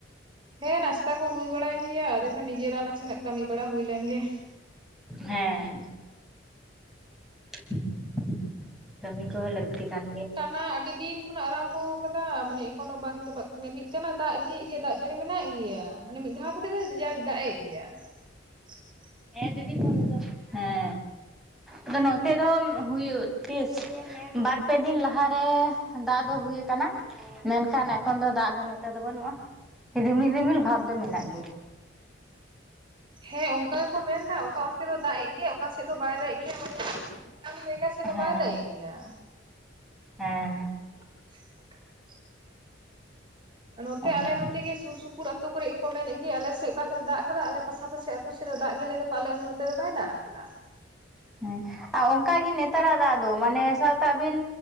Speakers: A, on the right; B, in the centre.
A: ᱦᱮᱸ ᱱᱟᱥᱛᱟ ᱠᱚ ᱦᱩᱭ ᱵᱟᱲᱟᱭᱮᱱ ᱜᱮᱭᱟ, ᱟᱫᱚ ᱱᱤᱡᱮᱨᱟᱜ ᱱᱟᱥᱮᱱᱟᱜ ᱠᱟᱹᱢᱤ ᱵᱟᱲᱟ ᱦᱩᱭ ᱞᱮᱱ ᱜᱮ᱾
B: ᱦᱮᱸ <unintelligible> <unintelligible> ᱠᱟᱹᱢᱤ ᱠᱚᱦᱚᱸ ᱞᱟᱹᱠᱛᱤ ᱠᱟᱱ ᱜᱮᱭᱟ᱾
A: ᱚᱱᱟᱢᱟ ᱟᱹᱰᱤ ᱫᱤᱱ ᱠᱷᱚᱱᱟᱜ ᱟᱨᱟᱢᱵᱷᱚ ᱟᱠᱟᱫᱟ ᱢᱟᱱᱮ ᱮᱠᱷᱚᱱᱳ ᱵᱟᱝ ᱪᱟᱵᱟᱜ ᱠᱟᱱᱟ᱾ ᱢᱤ-ᱢᱤᱫᱴᱟᱱᱟᱜ ᱫᱟᱜ ᱤᱫᱤᱭᱮᱫ ᱜᱮᱭᱟ ᱫᱟᱜ ᱡᱟᱹᱲᱤ ᱢᱮᱱᱟᱜ ᱜᱮᱭᱟ ᱢᱟᱱᱮ ᱢᱤᱫ ᱫᱷᱟᱣ ᱠᱟᱛᱮᱜ ᱫᱚ ᱡᱟᱣ ᱫᱟᱜ ᱮᱫ ᱜᱮᱭᱟ᱾ <unintelligible>
B: ᱦᱮᱸ ᱫᱤᱫᱤ ᱯᱷᱚᱱ ᱞᱮᱫᱟᱭ, ᱦᱮᱸ ᱟᱫᱚ ᱱᱚᱛᱮ ᱫᱚ-ᱚᱢ ᱦᱩᱭᱩᱜ ᱛᱤᱥ ᱵᱟᱨ‌ ᱯᱮ ᱫᱤᱱ ᱞᱟᱦᱟᱨᱮ ᱫᱟᱜ ᱫᱚ ᱦᱩᱭ ᱟᱠᱟᱱᱟ, ᱢᱮᱱᱠᱷᱟᱱ ᱮᱠᱷᱚᱱ ᱫᱚ ᱫᱟᱜ ᱫᱚ ᱱᱚᱛᱮ ᱫᱚ ᱵᱟᱹᱱᱩᱜᱼᱟ, ᱨᱤᱢᱤᱞ ᱨᱤᱢᱤᱞ ᱵᱷᱟᱵᱽ ᱫᱚ
A: ᱚ
B: ᱢᱮᱱᱟᱜ ᱜᱮᱭᱟ᱾
A: ᱦᱮᱸ ᱚᱱᱠᱟ ᱜᱮᱠᱚ ᱢᱮᱱ ᱮᱫᱟ ᱚᱠᱟ ᱚᱱᱛᱮ ᱫᱚ ᱫᱟᱜ ᱮ ᱜᱮᱭᱟ ᱚᱠᱟ ᱥᱮᱫ ᱫᱚ ᱵᱟᱭ ᱫᱟᱜ ᱮ ᱜᱮᱭᱟ ᱢᱟᱱᱮ <unintelligible> ᱱᱚᱛᱮ ᱫᱚ
B: ᱦᱮᱸ
A: ᱵᱟᱭ ᱫᱟᱜ‌‌ ᱮ ᱜᱮᱭᱟ᱾
B: ᱦᱮᱸ
A: <unintelligible> ᱱᱚᱛᱮ
B: ᱚᱱᱟᱜᱮ
A: ᱟᱞᱮ ᱱᱚᱛᱮ ᱜᱮ ᱥᱩᱨ ᱥᱩᱯᱩᱨ ᱟᱹᱛᱩ ᱠᱚᱨᱮ ᱜᱮᱠᱚ ᱢᱮᱱᱮᱫ ᱜᱮ ᱟᱞᱮ ᱥᱮᱫ ᱚᱠᱟ ᱥᱮᱫ ᱫᱟ‌ᱜ ᱠᱟᱫᱟᱭ ᱟᱞᱮ ᱯᱟᱥᱟ ᱯᱟᱥᱤ ᱟᱹᱛᱩ ᱥᱮᱫ ᱫᱚ ᱫᱟᱜ ᱜᱮ‌ ᱞᱟᱹᱭ ᱮᱫᱟ ᱟᱞᱮ ᱱᱚᱛᱮ ᱫᱚ ᱵᱟᱭ ᱫᱟᱜ ᱟᱠᱟᱫᱟ᱾
B: ᱦᱮᱸ ᱟᱨ ᱚᱱᱠᱟᱜᱮ ᱱᱮᱛᱟᱨᱟᱜ ᱫᱟᱜ ᱫᱚ ᱢᱟᱱᱮ ᱥᱟᱵ ᱠᱟᱜ ᱵᱤᱱ